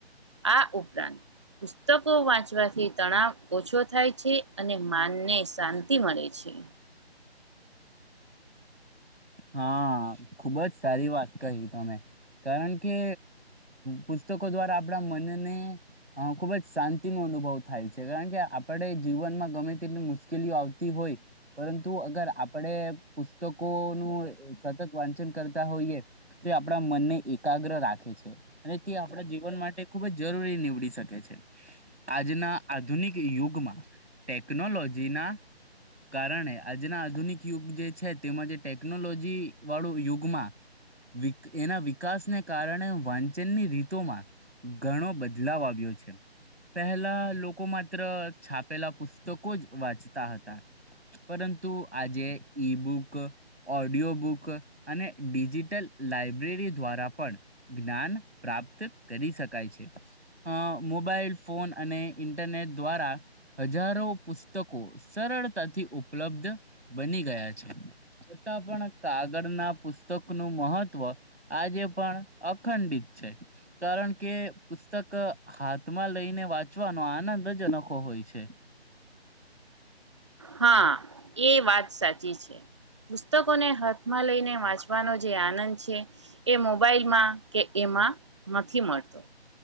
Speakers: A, on the right; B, on the right.
A: આ ઉપરાંત પુસ્તકો વાંચવાથી તણાવ ઓછો થાય છે અને માનને શાંતિ મળે છે.
B: હા, ખુબજ સારી વાત કહી તમે. કારણ કે પુસ્તકો દ્વારા આપણા મનને અ ખુબ જ શાંતિ નો અનુભવ થાય છે. કારણ કે આપણે જીવનમાં ગમે તેટલી મુશ્કેલીઓ આવતી હોય પરંતુ અગર આપણે પુસ્તકો સતત વાંચન કરતા હોઈએ. તો આપણા મનને એકાગ્ર રાખે છે અને તે આપણા જીવન માટે ખુબ જ જરૂરી નીવડી શકે છે. આજના આધુનિક યુગમાં ટેકનોલોજી ના કારણે આજના આધુનિક યુગ જે છે તેમાં જે ટેકનોલોજી વાળું યુગમાં વિ એના વિકાસને કારણે વાંચનની રીતોમાં ઘણો બદલાવ આવ્યો છે. પહેલા લોકો માત્ર છાપેલા પુસ્તકો જ વાંચતા હતા. પરંતુ આજે ઈબુક ઓડિયો બુક અને ડિજિટલ લાયબ્રેરી દ્વારા પણ જ્ઞાન પ્રાપ્ત કરી શકાય છે. અ મોબાઈલ ફોન અને ઇન્ટરનેટ દ્વારા હજારો પુસ્તકો સરળતાથી ઉપલબ્ધ બની ગયા છે. છતાં પણ કાગળના પુસ્તકનું મહત્વ આજે પણ અખંડિત છે. કારણ કે પુસ્તક હાથમાં લઈને વાંચવાનો આનંદ જ અનોખો હોય છે.
A: હા એ વાત સાચી છે. પુસ્તકોને હાથમાં લઈને વાંચવાનો જે આનંદ છે એ મોબાઈલમાં કે એમાં નથી મળતો.